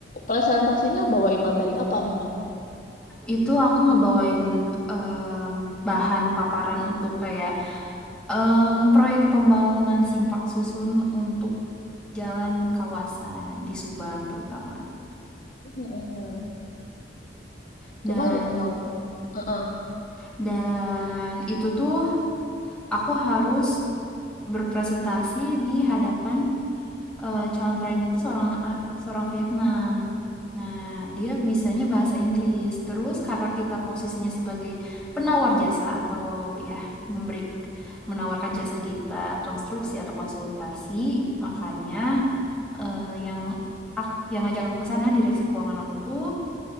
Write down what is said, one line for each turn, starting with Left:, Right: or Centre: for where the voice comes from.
Left: presentasinya bawain materi apa memang?
Centre: Itu aku ngebawain em, bahan paparan untuk kayak em, proyek pembangunan simpang susun untuk jalan kawasan di Subang terutama.
Left: Mm-mm.
Centre: Dan
Left: Cuman kalau uh
Centre: dan itu tuh aku harus berpresentasi di hadapan eh, calon kliennya itu seorang ah, seorang Vietnam. Nah, dia bisanya bahasa Inggris. Terus karena kita posisinya sebagai penawar jasa atau ya memberi menawarkan jasa kita konstruksi atau konsultasi, makanya eh, yang ak- yang ngajak aku ke sana direksi keuangan aku tuh